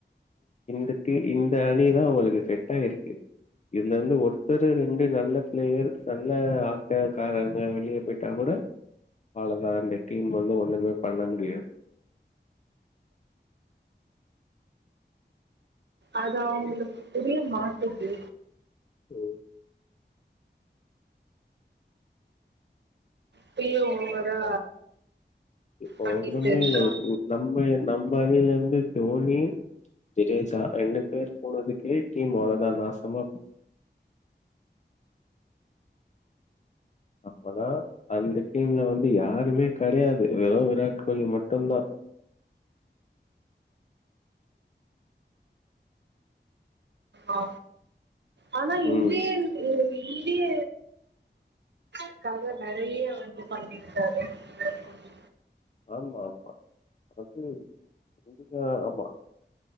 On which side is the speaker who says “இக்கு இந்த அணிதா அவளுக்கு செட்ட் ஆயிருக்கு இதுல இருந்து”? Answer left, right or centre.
Left